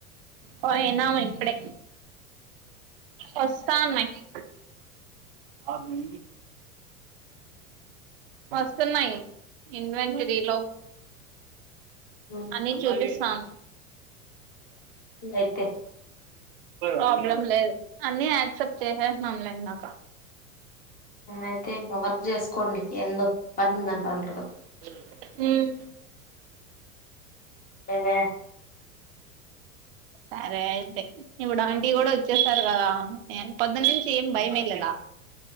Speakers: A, on the right; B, on the left.
A: పోయనామ్ ఇప్పుడే వస్తా అన్నాయి ఆ న వస్తున్నాయి ఇన్వెంటరీ లో
B: ఉమ్,
A: అన్ని చూపిస్తంది
B: అయితే
A: ప్రాబ్లం లేదు అన్ని యాక్సెప్ట్ చేసేసిన్నాం లే ఇందాక
B: అయితే ఇంకా వర్క్ చేసుకోండి ఎందో పని ఉందంటాన్రు కదా
A: ఉమ్
B: ఉండేదే
A: సరే అయితే ఇప్పుడు ఆంటి కూడా వచ్చేసారు కదా నేను పొద్దు నుంచి ఏం భయం వెయ్యలేదా